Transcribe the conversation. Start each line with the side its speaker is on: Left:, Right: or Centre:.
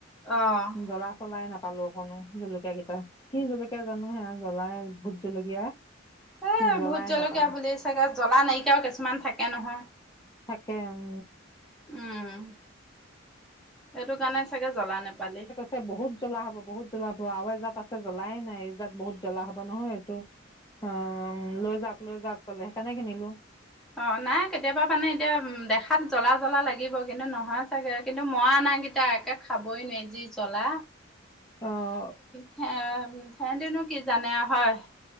Centre: অ',
Left: জলা চলাই নাপালো। অকণো জলকীয়া কেইটা কি জলকীয়া জানো হে জলাই ভূত জলকীয়া
Centre: এ',
Left: জ্বলাই
Centre: ভূত জলকীয়া
Left: নাপালো
Centre: বুলি চাগে জলা নাইকিয়াও কিছুমান থাকে নহয়।
Left: থাকে উম,
Centre: উম', এইটো কাৰণে চাগে জলা নেপালি
Left: সেই বহুত জলা হব বহুত জলা হব আৰু এজাত আছে। জলাই নাই এইজাত বহুত জলা হ'ব নহয় এইটো অ', লৈ যাওঁক লৈ যাওঁক কলে সেইকাৰণে কিনিলো।
Centre: অ', নাই। কেতিয়াবা মানে এতিয়া উ দেখাত জলা জলা লাগিব কিন্তু নহয়। চাগে কিন্তু মই আনা কেইটা একে খাবই নোৱাৰি যি জলা
Left: অ',
Centre: সেয়া সিহন্দেনো কি জানে আৰু হয়।